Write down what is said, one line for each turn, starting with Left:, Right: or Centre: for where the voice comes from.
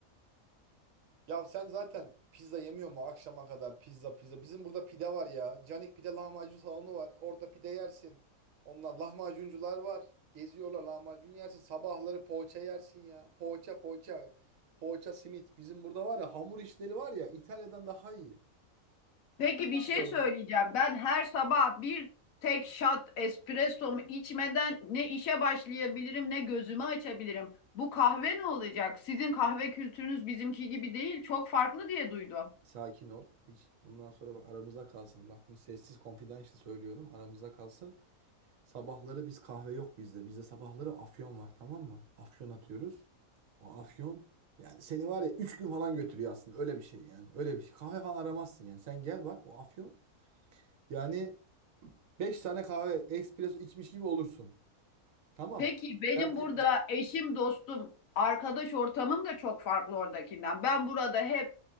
Right: Ya sen zaten pizza yemiyor mu akşama kadar pizza pizza. Bizim burada pide var ya. Canik pide lahmacun salonu var. Orada pide yersin. Onlar lahmacuncular var. Geziyorlar lahmacun yersin. Sabahları poğaça yersin ya. Poğaça poğaça. Poğaça simit. Bizim burada var ya hamur işleri var ya İtalya'dan daha iyi.
Left: Peki bir şey
Right: Sonra
Left: söyleyeceğim. Ben her sabah bir tek shot espressomu içmeden ne işe başlayabilirim, ne gözümü açabilirim. Bu kahve ne olacak? Sizin kahve kültürünüz bizimki gibi değil, çok farklı diye duydum.
Right: sakin ol. Hiç bundan sonra bak aramıza kalsın. Bak bunu sessiz confidential söylüyorum. Aramıza kalsın. Sabahları biz kahve yok bizde. Bizde sabahları afyon var tamam mı? Afyon atıyoruz. O afyon yani seni var ya 3 gün falan götürüyor aslında öyle bir şey yani. Öyle bir şey. Kahve falan aramazsın yani. Sen gel bak o afyon yani 5 tane kahve espresso içmiş gibi olursun. Tamam.
Left: Peki benim
Right: Dert
Left: burada
Right: etme.
Left: eşim, dostum, arkadaş ortamım da çok farklı oradakinden. Ben burada hep